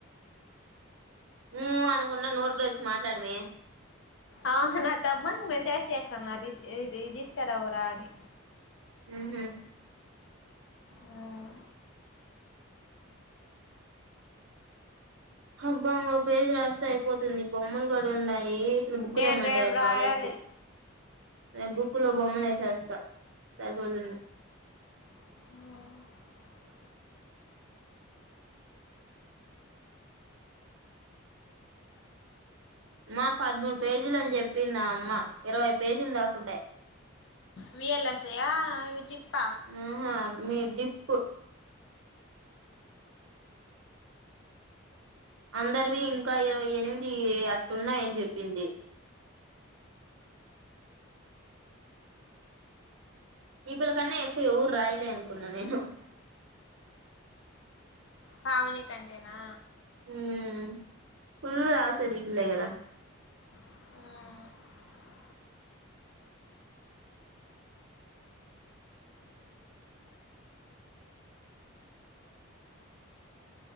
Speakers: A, on the right; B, on the left.
A: ఉమ్ అనుకుండా నోరు తెరిచి మాట్లాడుమే
B: ఆహా నా తమ్మునికి మెసేజ్ చేసాం నా రి రిజిస్టర్ అవ్వురా అని
A: ఉహూ
B: ఉమ్
A: హబ్బా ఒక పేజ్ రాస్తే అయిపోతుంది బొమ్మలు కూడా ఉన్నాయి బుక్కు
B: నేను
A: దేమ్మంట రేపు
B: రాయాలి
A: కాలేజ్ కి రేపు బుక్కులో బొమ్మలు వేసేస్తా సరిపోతుంది
B: ఉమ్
A: మా పదమూడు పేజీల అని చెప్పిందా ఆ అమ్మా ఇరవై పేజీలు దాకుంటాయి
B: విఎల్ ఎస్ అయ్యా అవి డిప్పా
A: ఆహా మీ డిప్పు అందరివి ఇంకా ఇరవై ఎనిమిది అట్టున్నాయని చెప్పింది ఈ పిల్ల కన్నా ఎక్కువ ఎవరు రాయలే అనుకున్నా నేను
B: పావని కంటేనా
A: ఉమ్ ఫుల్లు రాసేది ఈ పిల్లే గదా
B: ఉమ్